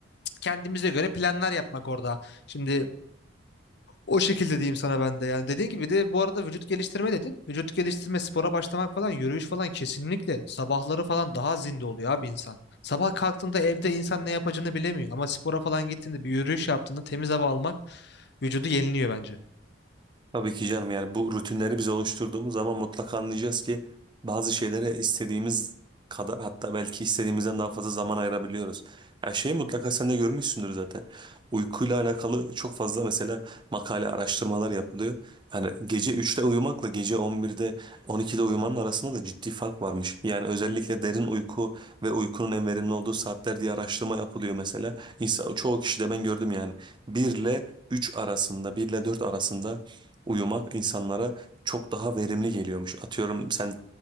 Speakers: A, on the left; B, on the right.
A: kendimize göre planlar yapmak orada. Şimdi o şekilde diyeyim sana ben de yani dediğin gibi de bu arada vücut geliştirme dedin. Vücut geliştirme spora başlamak falan yürüyüş falan kesinlikle sabahları falan daha zinde oluyor abi insan. Sabah kalktığında evde insan ne yapacağını bilemiyor ama spora falan gittiğinde bir yürüyüş yaptığında temiz hava almak vücudu yeniliyor bence.
B: Tabii ki canım yani bu rutinleri biz oluşturduğumuz zaman mutlaka anlayacağız ki bazı şeylere istediğimiz kadar hatta belki istediğimizden daha fazla zaman ayırabiliyoruz. Ya şeyi mutlaka sen de görmüşsündür zaten. Uykuyla alakalı çok fazla mesela makale araştırmalar yapılıyor. Hani gece üçte uyumakla gece 11'de 12'de uyumanın arasında da ciddi fark varmış. Yani özellikle derin uyku ve uykunun en verimli olduğu saatler diye araştırma yapılıyor mesela. İnsan, çoğu kişi de ben gördüm yani. 1 ile 3 arasında 1 ile 4 arasında uyumak insanlara çok daha verimli geliyormuş. Atıyorum sen